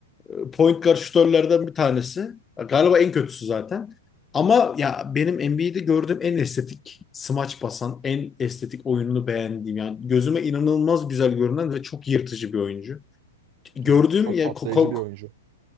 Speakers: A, on the left; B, on the right.
A: e, point guard şutörlerden bir tanesi. Galiba en kötüsü zaten. Ama ya benim NBA'de gördüğüm en estetik smaç basan, en estetik oyununu beğendiğim yani gözüme inanılmaz güzel görünen ve çok yırtıcı bir oyuncu. Gördüğüm
B: Evet. Çok
A: yani
B: patlayıcı
A: ko- ko-
B: bir oyuncu.